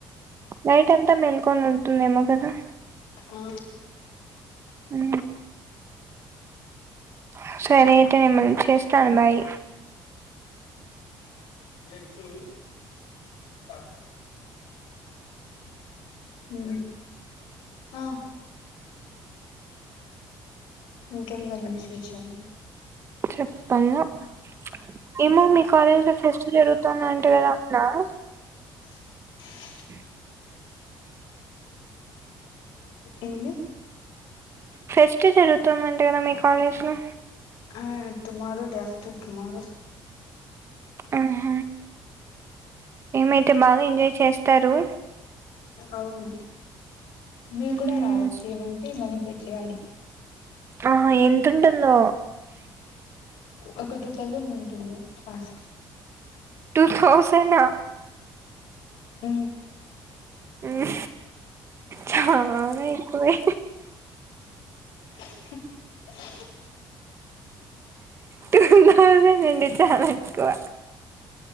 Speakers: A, on the right; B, on the left.
A: నైట్ అంతా మెల్కొని ఉంటుందేమో కదా
B: ఆ
A: ఉ హ సరే అయితే మళ్లీ చేస్తాను బాయ్
B: ఏక్ సావు చార్ బాయ్ ఉ ఆ ఇంకెమని విశేషాలు
A: చెప్పు చెప్ప ఏమో మీ కాలేజ్లో ఫెస్ట్ జరుగుతుంద అంటే కదా అన్నారు
B: చ్
A: ఉ
B: ఎన్ని
A: ఫెస్ట్ జరుగుతుందంట కదా మీ కాలేజ్ లో
B: ఆ టుమారో డే ఆఫ్టర్ టుుమారో
A: ఆహ ఏమైతే బాగా ఎంజాయ్ చేస్తారు
B: అవును మీరు
A: మ్మ్
B: కూడా రావచ్చు ఏమంటే మనీ పే చేయాలి
A: ఆ ఎంతంటుందో
B: ఒక టూ థౌజండ్ ఉంటుంది పాస్
A: టూ థౌసండ్
B: ఉ
A: ఊ చాలా ఎక్కువే
B: ఉ
A: టూ థౌసండ్ అంటే చాలా ఎక్కువ